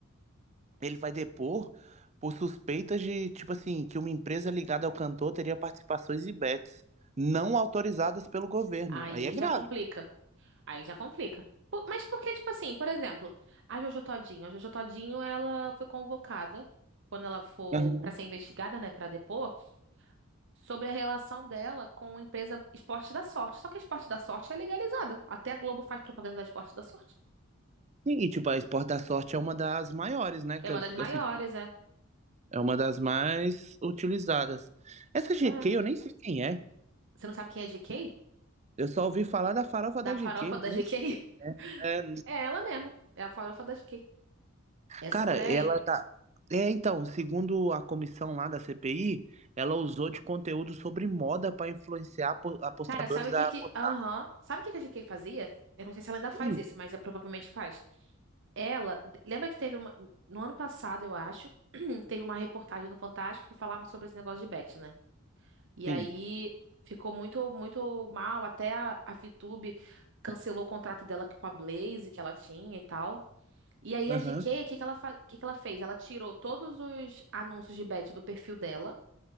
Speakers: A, on the right; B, on the right.
A: Ele vai depor por suspeitas de, tipo assim, que uma empresa ligada ao cantor teria participações e bets não autorizadas pelo governo.
B: Aí
A: Aí é grave.
B: já complica. Aí já complica. Po- Mas porque, tipo assim, por exemplo, a Jojo Todinho. A Jojo Todinho, ela foi convocada, quando ela for
A: Aham.
B: pra ser investigada, né, pra depor, sobre a relação dela com a empresa Esporte da Sorte. Só que a Esporte da Sorte é legalizada. Até a Globo faz propaganda da Esporte da Sorte.
A: Sim, e tipo, a Esporte da Sorte é uma das maiores, né? Que
B: É uma
A: eu-
B: das maiores,
A: assim,
B: é.
A: é uma das mais utilizadas. Essa GK
B: É.
A: eu nem sei quem é.
B: Você não sabe quem é a GK?
A: Eu só ouvi falar da farofa
B: Da
A: da
B: farofa
A: GK, mas
B: da GK?
A: nem
B: <laughs>
A: sei. é,
B: É ela mesma. É a farofa da GK. Essa
A: cara,
B: mulher
A: ela
B: aí.
A: tá. É, então, segundo a comissão lá da CPI, ela usou de conteúdo sobre moda para influenciar apo- apostadores
B: Cara, sabe o que
A: a
B: que.
A: apostar.
B: Aham. Sabe o que que a GK fazia? Eu não sei se ela ainda faz
A: Sim,
B: isso, mas é, provavelmente faz. Ela. Lembra que teve uma. No ano passado, eu acho, <clears throat> teve uma reportagem no Fantástico que falava sobre esse negócio de bet, né? E
A: sim.
B: aí ficou muito, muito mal. Até a, a VTube cancelou o contrato dela com a Blaze que ela tinha e tal. E aí
A: Aham,
B: a GK, o que que ela, fa... o que que ela fez? Ela tirou todos os anúncios de bet do perfil dela.